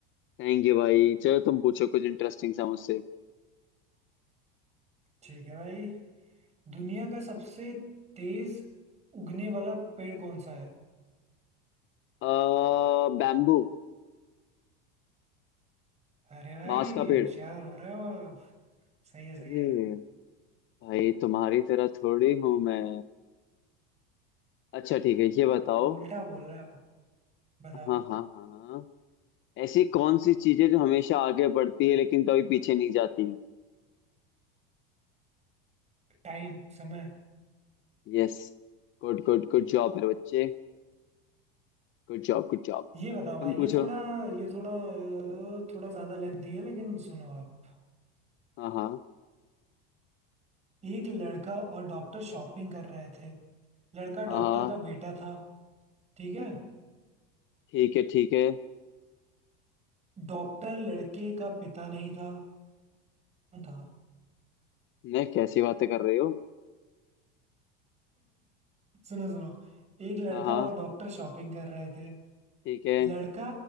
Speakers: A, on the left; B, on the right.
A: थैंक यू भाई चलो तुम पूछो कुछ इंटरेस्टिंग सा मुझसे
B: ठीक है भाई दुनिया का सबसे तेज उगने वाला पेड़ कौन सा है
A: अः बैम्बू
B: अरे भाई
A: बांस का पेड़
B: होशियार हो रहे हो आप सही है सही
A: अरे
B: है
A: भाई तुम्हारी तरह थोड़ी हूं मैं अच्छा ठीक है ये बताओ
B: अब उल्टा बोल रहे हो बताओ
A: हाँ हाँ हाँ ऐसी कौन सी चीजें जो हमेशा आगे बढ़ती है लेकिन कभी पीछे नहीं जाती
B: टाइम समय
A: Yes Good good good job मेरे बच्चे Good job good job
B: ये बताओ भाई
A: तुम पूछो
B: ये थोड़ा ये थोड़ा अ, थोड़ा ज्यादा लेंथी है लेकिन सुनो आप
A: हाँ हाँ
B: एक लड़का और डॉक्टर शॉपिंग कर रहे थे लड़का
A: हाँ
B: डॉक्टर
A: हाँ
B: का बेटा था ठीक है
A: ठीक है ठीक है
B: डॉक्टर लड़के का पिता नहीं था कौन था
A: नहीं कैसी बातें कर रहे हो
B: सुनो सुनो एक लड़का
A: हाँ हाँ
B: और डॉक्टर शॉपिंग कर रहे थे
A: ठीक है
B: लड़का